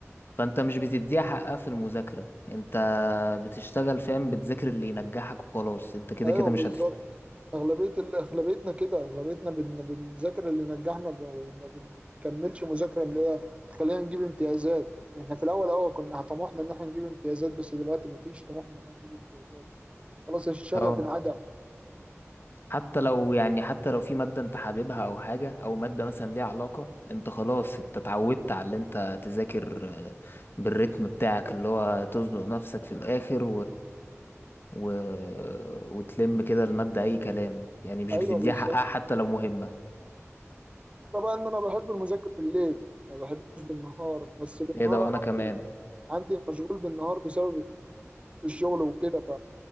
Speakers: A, on the left; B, on the right.
A: فانت مش بتديها حقها في المذاكرة انت بتشتغل فاهم بتذاكر اللي ينجحك وخلاص انت كده
B: ايوه
A: كده
B: بالظبط
A: مش هتفهم
B: اغلبية ال- اغلبيتنا كده اغلبيتنا بن بنذاكر اللي نجحنا ب- وما بنكملش مذاكرة اللي هي تخلينا نجيب امتيازات احنا في الاول اه كنا طموحنا ان احنا نجيب امتيازات بس دلوقتي مفيش طموح ان احنا نجيب امتيازات خلاص الشغف
A: اه
B: انعدم
A: حتى لو يعني حتى لو في مادة انت حاببها او حاجة او مادة مثلا ليها علاقة انت خلاص انت اتعودت على اللي انت تذاكر آه، بالريتم بتاعك اللي هو تزنق نفسك في الاخر و... وتلم كده المادة أي كلام يعني مش
B: ايوه
A: بتديها
B: بالظبط
A: حقها حتى لو مهمة
B: طبعا انا بحب المذاكره بالليل ما بحبش بالنهار بس بالنهار
A: ايه ده وأنا
B: انا
A: كمان
B: عندي عندي مشغول بالنهار بسبب الشغل وكده ف